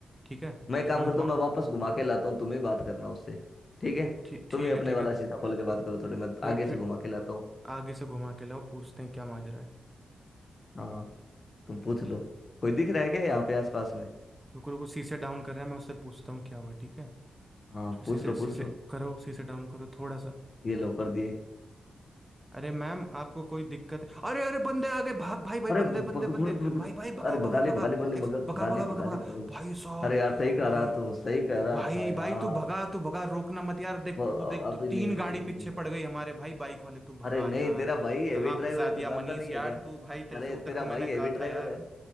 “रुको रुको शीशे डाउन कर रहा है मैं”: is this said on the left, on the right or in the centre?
Right